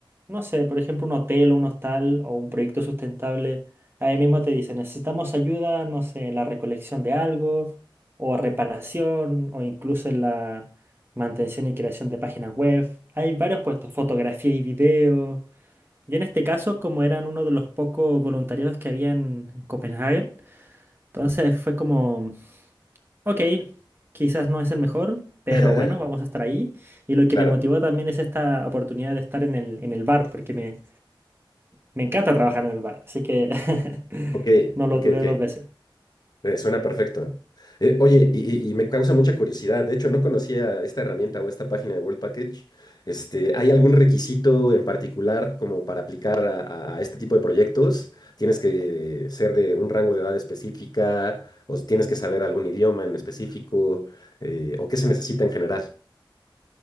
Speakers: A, on the right (about 25°); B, on the left (about 50°).
A: no sé, por ejemplo, un hotel o un hostal o un proyecto sustentable, ahí mismo te dicen, necesitamos ayuda, no sé, en la recolección de algo, o reparación, o incluso en la mantención y creación de páginas web. Hay varios puestos, fotografía y video. Yo en este caso, como eran uno de los pocos voluntariados que había en en Copenhague, entonces fue como... Ok, quizás no es el mejor, pero
B: <laughs>
A: bueno, vamos a estar ahí. Y lo que
B: Claro,
A: me motivó también es esta oportunidad de estar en el, en el bar, porque me, me encanta trabajar en el bar, así que <laughs>
B: ok,
A: no lo
B: ok,
A: dudé
B: ok.
A: dos veces.
B: Eh, suena perfecto. Eh, oye, y, y- y me causa mucha curiosidad. De hecho, no conocía esta herramienta o esta página de World Package. Este, ¿hay algún requisito en particular como para aplicar a, a este tipo de proyectos? ¿Tienes que ser de un rango de edad específica o tienes que saber algún idioma en específico Eh, o qué se necesita en general?